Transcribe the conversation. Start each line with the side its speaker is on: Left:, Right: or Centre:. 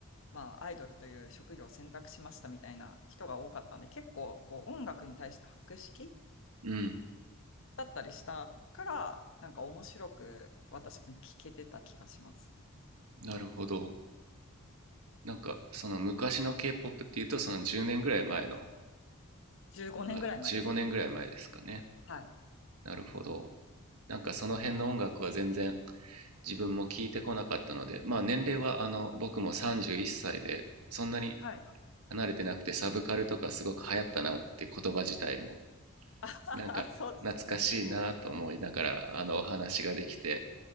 Left: まあ、アイドルという職業を選択しましたみたいな人が多かったんで、結構こう音楽に対して博識
Right: うん。
Left: だったりしたから、なんか面白く私も聞けてた気がします。
Right: なるほど。なんかその昔の K-POP っていうと、その10年ぐらい前の、
Left: 15年ぐらい前です。
Right: あ、15年ぐらい前ですかね。
Left: はい。
Right: なるほど。なんかその辺の音楽は全然自分も聞いてこなかったので、まあ年齢はあの僕も31歳で、そんなに
Left: はい。
Right: 離れてなくてサブカルとかすごく流行ったなって言葉自体も、
Left: <laughs>
Right: なんか懐かしいなと思いながらあのお話ができて、
Left: そうですよね。